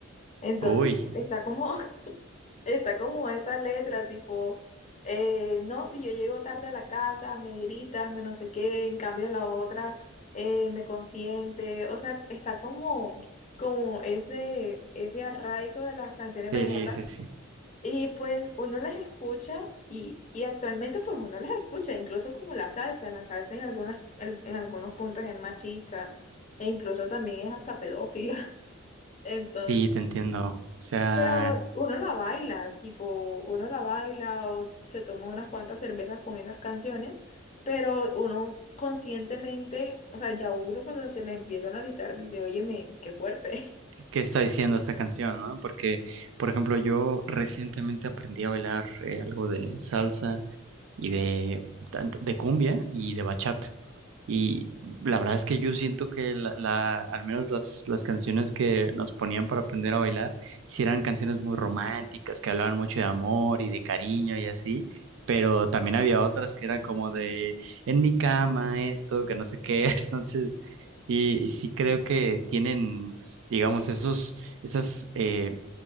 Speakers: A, on the left (about 35°); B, on the right (about 70°).
A: Entonces,
B: Uy,
A: está como, <laughs> está como esa letra, tipo, eh, no, si yo llego tarde a la casa, me gritas, me no sé qué, en cambio la otra eh, me consiente, o sea, está como, como ese, ese arraigo de las canciones
B: sí,
A: vallenatas
B: sí, sí.
A: y pues uno las escucha y, y actualmente pues uno las escucha, incluso como la salsa, la salsa en algunas, en, en algunos puntos es machista e incluso también es hasta pedófila. <laughs> Entonces,
B: Sí, te entiendo. O sea,
A: pero uno la baila, tipo, uno la baila o se toma unas cuantas cervezas con esas canciones, pero uno conscientemente, o sea, ya uno cuando se la empieza a analizar dice, óyeme, qué fuerte.
B: ¿qué está diciendo esta canción, no? Porque, por ejemplo, yo recientemente aprendí a bailar eh, algo de salsa y de, tanto- de cumbia y de bachata. Y la verdad es que yo siento que la, la- al menos las, las canciones que nos ponían para aprender a bailar, sí eran canciones muy románticas, que hablaban mucho de amor y de cariño y así, pero también había otras que eran como de en mi cama esto, que no sé qué, <laughs> entonces, y sí creo que tienen, digamos, esos, esas... eh,